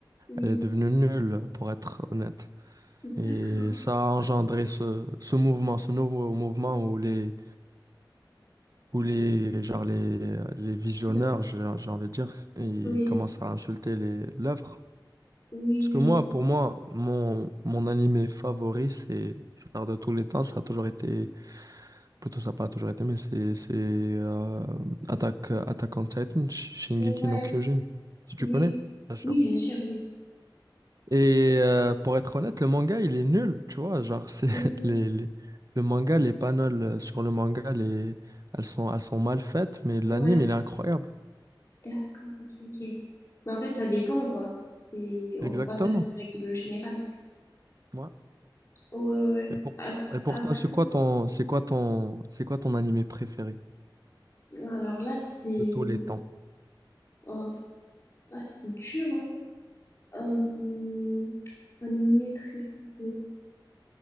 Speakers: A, on the left (about 35°); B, on the right (about 45°).
A: Oui.
B: elle est devenue nulle, pour être honnête. Et
A: D'accord.
B: ça a engendré ce, ce mouvement, ce nouveau mouvement où les, où les, genre les, les visionneurs,
A: Ouais.
B: j'ai j'ai envie de dire, ils
A: Oui.
B: commencent à insulter les, l'œuvre.
A: Oui,
B: Parce que
A: oui.
B: moi, pour moi, mon, mon animé favori, c'est, genre de tous les temps, ça a toujours été, plutôt ça n'a pas toujours été, mais c'est c'est, euh, Attack, Attack on Titan, Shingeki
A: Ouais.
B: no Kyojin, si tu
A: Oui,
B: connais.
A: oui.
B: bien sûr.
A: Oui, bien sûr, oui.
B: Et euh, pour être honnête, le manga, il est nul, tu vois. Genre, c'est <laughs>
A: Mhm.
B: les, les- le manga, les panels euh, sur le manga, les, elles sont, elles sont mal faites, mais l'anime,
A: Ouais.
B: il est incroyable.
A: D'accord, ok, ok. Mais en fait, ça dépend, quoi. C'est, on
B: Exactement.
A: peut pas faire une règle générale.
B: Ouais.
A: Ouais, ouais. ouais.
B: Et pour,
A: Ap-
B: et pour
A: Après,
B: toi, c'est quoi ton, c'est quoi
A: hein.
B: ton, c'est quoi ton animé préféré
A: alors là, c'est,
B: de tous les temps?
A: oh, ah, c'est dur, hein. Euh, animé préféré.